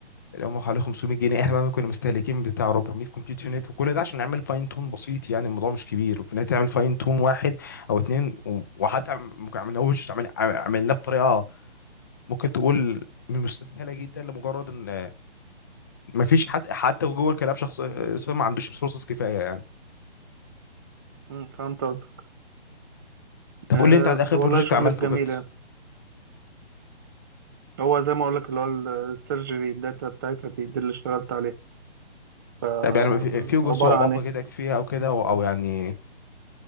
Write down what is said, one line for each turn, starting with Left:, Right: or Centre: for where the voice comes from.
Left: اللي هم حوالي 500 جنيه احنا بقى كنا مستهلكين بتاع 400 كومبيوتر يونت وكل ده عشان نعمل فاين تون بسيط يعني الموضوع مش كبير وفي النهايه تعمل فاين تون واحد او اتنين و- وحتى ما عملناهوش عمل- عملناه بطريقه ممكن تقول مستسهله جدا لمجرد ان ما فيش حد حتى جوه الكلاب شخص صار ما عندوش ريسورسز كفايه يعني
Right: م، فهمت قصدك
Left: طب
Right: آه
Left: قول لي انت على اخر
Right: والله
Left: بروجكت
Right: شغل
Left: عملته
Right: جميل
Left: كده
Right: يعني هو زي ما اقول لك اللي هو السيرجري الداتا بتاعتها دي, دي اللي اشتغلت عليها ف
Left: طب يعني في في
Right: عباره
Left: صعوبات
Right: عن ايه
Left: واجهتك فيها او كده او أو يعني